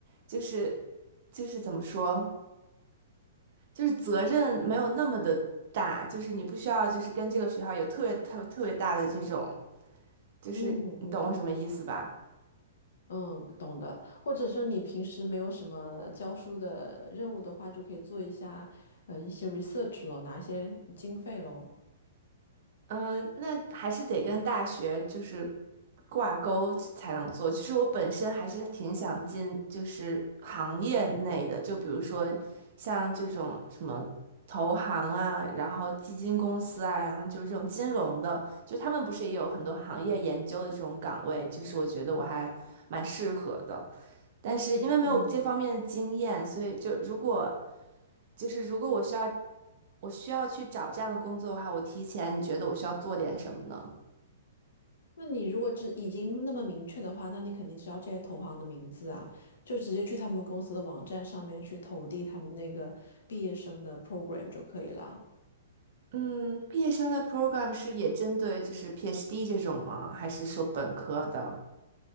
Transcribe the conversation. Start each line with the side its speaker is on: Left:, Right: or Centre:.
Right: 就是就是怎么说，就是责任没有那么的大，就是你不需要就是跟这个学校有特别特特别大的这种，就是你懂我什么意思吧？
Left: 嗯嗯。嗯，懂的。或者是你平时没有什么教书的任务的话，就可以做一下呃一些 research 咯，拿一些经费咯。
Right: 嗯，那还是得跟大学就是挂钩才能做。其实我本身还是挺想进就是行业内的，就比如说像这种什么投行啊，然后基金公司啊，然后就是这种金融的，就他们不是也有很多行业研究的这种岗位，就是我觉得我还蛮适合的。但是因为没有这方面的经验，
Left: 嗯，
Right: 所以就如果就是如果我需要，我需要去找这样的工作的话，我提前你觉得我需要做点什么呢？
Left: 那你如果知已经那么明确的话，那你肯定知道这些投行的名字啊，就直接去他们公司的网站上面去投递他们那个毕业生的 program 就可以了。
Right: 嗯，毕业生的 program 是也针对就是 PhD 这种吗？还是说本科的？